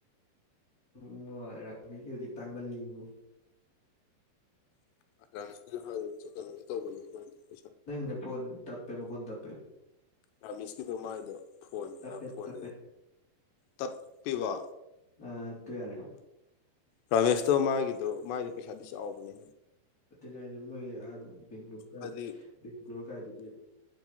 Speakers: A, on the left; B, on the left.
A: ꯎ ꯔꯥꯕꯤꯀꯤꯗꯤ ꯇꯥꯡꯃꯜꯜꯂꯤꯕꯨ
B: ꯥꯁ ꯍꯀ ꯇꯧ
A: ꯅ ꯐꯣꯟ ꯇꯄꯦ ꯃ ꯀꯣꯟ ꯇꯄ
B: ꯔꯥꯃꯤꯁꯀꯤꯗꯣ ꯃꯥꯏꯗꯣ ꯐꯣꯟ
A: ꯇꯞꯄꯦ
B: ꯐꯣꯟ
A: ꯇꯞꯄꯦ
B: ꯇꯠꯄꯤꯕ
A: ꯑ ꯑꯗꯨ ꯌꯥꯔꯦ
B: ꯔꯥꯃꯦꯁꯇꯣ ꯃꯥꯒꯤꯗꯣ ꯃꯥꯒꯤꯗꯣ ꯄꯩꯁꯥꯗꯤ ꯆꯥꯎꯕꯅꯤ
A: ꯑꯗꯨꯅꯦ ꯍꯥꯏꯁꯦ ꯃꯣꯏ ꯕꯦꯡꯒ꯭ꯂ
B: ꯍꯥꯏꯗꯤ
A: ꯕꯦꯡꯒꯂꯣꯔ ꯀꯥꯏꯗꯒꯤ